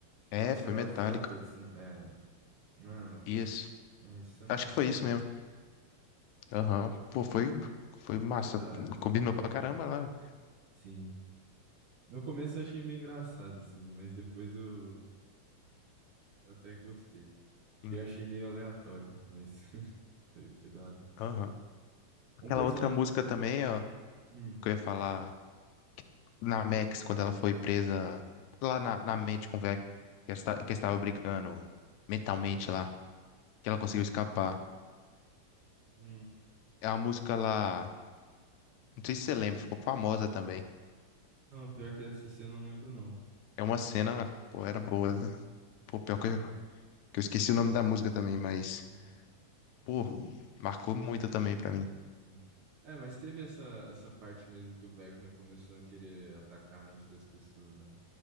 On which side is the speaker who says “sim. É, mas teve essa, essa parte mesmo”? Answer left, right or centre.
Right